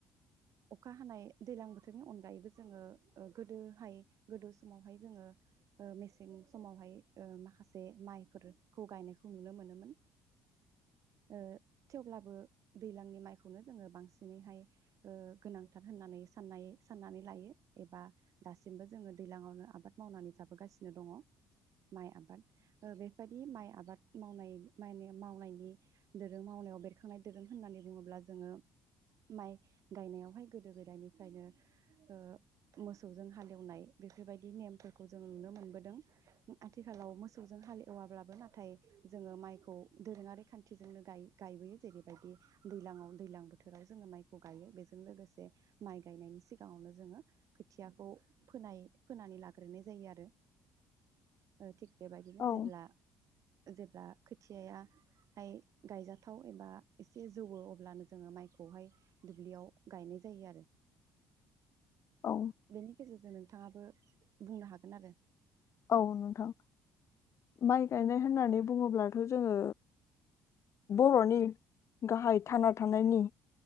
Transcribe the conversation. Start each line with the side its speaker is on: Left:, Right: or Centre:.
Right: अखा हानाय दैलां बोथोरनि अनगायैबो जोङो ओ गोदोहाय गोदो समावहाय जोङो ओ मेसें समावहाय ओ माखासे माइफोरखौ गायनायखौ नुनो मोनोमोन ओ थेवब्लाबो दैज्लांनि माइखौनो जोङो बांसिनैहाय ओ गोनांथार होननानै साननाय साननानै लायो एबा दासिमबो जोङो दैज्लांआवनो आबाद मावनानै जाबोगासिनो दङ माइ आबाद ओ बेफबादि माइ आबाद मावनाय मायने मावनायनि दोरों मावनायाव बेरखांनाय दोरों होननानै बुङोब्ला जोङो माइ गायनायावहाय गोदो गोदायनिफ्रायनो ओ मोसौजों हालेवनाय बेफोरबायदि नेमफोरखौ जों नुनो मोनबोदों आथिखालाव मोसौजों हाल एवाब्लाबो नाथाय जोङो माइखौ दोरोङारि खान्थिजोंनो गाय गायबोयो जेरैबायदि दैलाङाव दैलां बोथोराव जोङो माइखौ गायो बेजों लोगोसे माइ गायनायनि सिगाङावनो जोङो खोथियाखौ फोनाय फोनानै लाग्रोनाय जायो आरो ओ थिग बेबायदिनो
Left: औ
Right: जेब्ला जेब्ला खोथियाहाय गायजाथाव एबा एसे जौवो अब्लानो जोङो माइखौहाय दुब्लियाव गायनाय जायो आरो।
Left: औ
Right: बेनि गेजेर जों नोंथाङाबो बुंनो हागोन आरो।
Left: औ नोंथां माइ गायनाय होननानै बुङोब्लाथ' जोङो बर'नि गाहाय थाना थानायनि